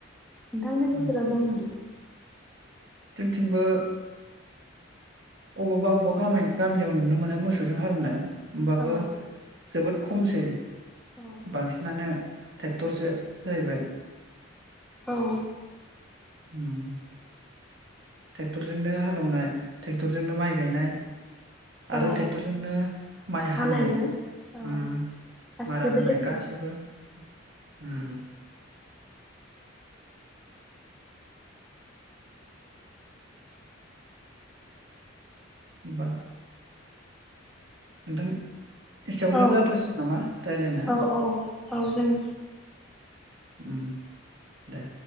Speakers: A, in the centre; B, on the right.
A: नोंथांमोननि
B: उम
A: ओनसोलाव दं नामा?
B: जोंथिंबो अबावबा अबावबा गाम गामियाव नुनो मोनो मोसौजों हालवनाय होमबाबो
A: औ
B: जोबोद खमसै
A: औ
B: बांसिनानो ट्रेक्टरसो जाहैबाय
A: औ
B: हम ट्रेक्टरजोंनो हाल एवनाय ट्रेक्टरजोंनो माइ गायनाय
A: औ
B: आरो ट्रेक्टरजोंनो माइ
A: हानायबो
B: हानाय
A: औ
B: ओम
A: गासिबो
B: मारा होनाय
A: ट्रेक्टरजों
B: गासिबो हम बा नोंथां एसेयावनो
A: औ
B: जाथ'सै नामा रायलायना
A: औ औ औ जों
B: ओम दे